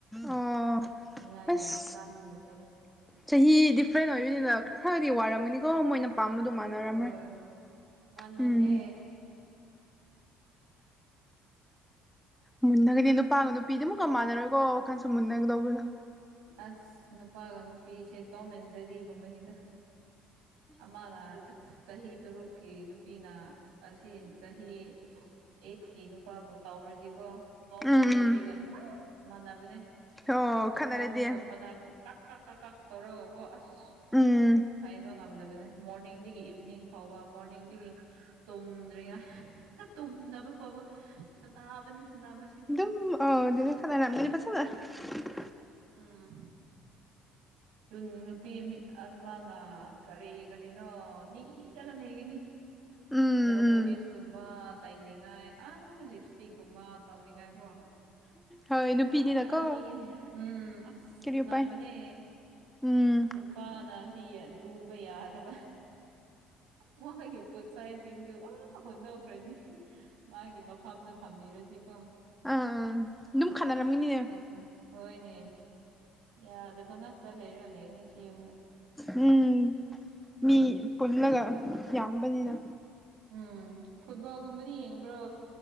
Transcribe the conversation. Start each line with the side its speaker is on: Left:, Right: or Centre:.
Centre: ꯑꯣ
Right: ꯅꯤꯡꯉꯥꯏ
Centre: ꯑꯁ
Right: ꯌꯥꯝ ꯀꯟꯂꯤꯁꯦ꯫
Centre: ꯆꯍꯤ ꯗꯤꯐ꯭ꯔꯦꯟ ꯑꯣꯏꯕꯅꯤꯅ ꯈꯔꯗꯤ ꯋꯥꯔꯝꯒꯅꯤꯀꯣ ꯃꯣꯏꯅ ꯄꯥꯝꯕꯗꯣ ꯃꯥꯟꯅꯔꯝꯔꯣꯏ꯫
Right: ꯍꯣꯏ ꯃꯥꯟꯅꯗꯦ
Centre: ꯎꯝ ꯃꯨꯟꯅꯒꯗꯤ ꯅꯨꯄꯥꯒ ꯅꯨꯄꯤꯗꯤꯑꯃꯨꯛꯀ ꯃꯥꯟꯅꯔꯣꯏꯀꯣ ꯋꯥꯈꯜꯁꯨ ꯃꯨꯟꯅꯒꯗꯧꯕꯗꯣ
Right: ꯑꯁ ꯅꯨꯄꯥꯒ ꯅꯨꯄꯤꯒꯁꯦ ꯇꯧꯃꯦꯟꯖꯦꯔꯤꯒꯨꯝꯕꯅꯤꯗ ꯑꯃꯅ ꯆꯍꯤ ꯇꯔꯨꯛꯀꯤ ꯅꯨꯄꯤꯅ ꯑꯁꯤ ꯆꯍꯤ ꯑꯩꯠꯀꯤ ꯅꯨꯄꯥꯕꯨ ꯇꯧꯔꯗꯤꯀꯣ ꯇꯣꯝꯒ
Centre: ꯎꯝ
Right: ꯖꯦꯔꯤꯒ
Centre: ꯎꯝ
Right: ꯆꯞ ꯃꯥꯟꯅꯕꯅꯦ꯫
Centre: ꯑꯣ ꯈꯠꯅꯔꯗꯤ
Right: ꯊꯣꯡꯒꯨꯝꯕꯗ ꯀꯛ ꯀꯛ ꯀꯛ ꯀꯛ ꯇꯧꯔꯒꯀꯣ ꯑꯁ
Centre: ꯎꯝ
Right: ꯍꯥꯏꯕ ꯉꯝꯗꯕꯅꯦ ꯃꯣꯔꯅꯤꯡꯗꯒꯤ ꯏꯚꯤꯅꯤꯡ ꯐꯥꯎꯕ ꯃꯣꯔꯅꯤꯡꯗꯒꯤ ꯇꯨꯝꯗ꯭ꯔꯤꯉꯥ ꯇꯨꯝꯗꯕ ꯐꯥꯎꯕ ꯁꯥꯟꯅꯕꯅꯤ ꯁꯥꯟꯅꯥꯕꯁꯤꯗꯤ
Centre: <unintelligible> <unintelligible>
Right: ꯎꯝ ꯎꯝ ꯑꯗꯨ ꯅꯨꯄꯤ ꯑꯃꯅ ꯀꯔꯤ ꯀꯔꯤꯅꯣ ꯅꯤꯔꯒ ꯂꯩꯒꯅꯤ <inaudible> <unintelligible>
Centre: ꯎꯝ
Right: ꯅꯦꯜ ꯄꯨꯣꯂꯤꯁꯀꯨꯝꯕ
Centre: ꯎꯝ
Right: ꯇꯩꯅꯤꯡꯉꯥꯏ ꯑ ꯂꯤꯞꯁꯇꯤꯛꯀꯨꯝꯕ ꯇꯧꯅꯤꯡꯉꯥꯏ ꯀꯣ
Centre: ꯍꯣꯏ
Right: ꯐꯖꯅ
Centre: ꯅꯨꯄꯤꯅꯤꯅꯀꯣ
Right: ꯅꯤꯛꯏ ꯎꯝ ꯑꯁ
Centre: ꯀꯔꯤ
Right: ꯇꯣꯉꯥꯟꯕ
Centre: ꯎꯄꯥꯏ
Right: ꯅꯦ
Centre: ꯎꯝ
Right: ꯅꯨꯄꯥꯅ ꯁꯤ ꯎꯕ ꯌꯥꯗꯕ ꯃꯣꯏꯒꯤ ꯄꯣꯠꯆꯩꯁꯤꯡꯁꯦ ꯑꯥ ꯍꯣꯟꯗꯣꯛꯈ꯭ꯔꯅꯤ꯫ ꯃꯥꯒꯤ ꯃꯐꯝꯗ ꯊꯝꯕꯤꯔꯗꯤꯀꯣ
Centre: ꯑ ꯑꯝ ꯗꯨꯝ ꯈꯥꯟꯅꯔꯝꯒꯅꯤꯅꯦ
Right: ꯎꯝ ꯍꯣꯏꯅꯦ ꯌꯥꯗꯕ ꯉꯥꯛꯇ ꯂꯩꯔꯒ ꯂꯩꯅꯦ ꯁꯤ ꯌꯨꯝꯗ
Centre: ꯍꯨꯝ ꯃꯤ ꯄꯨꯜꯂꯒ ꯌꯥꯝꯕꯅꯤꯅ
Right: ꯎꯝ ꯐꯨꯠꯕꯣꯜꯒꯨꯝꯕꯗꯤ ꯌꯦꯡꯕ꯭ꯔꯣ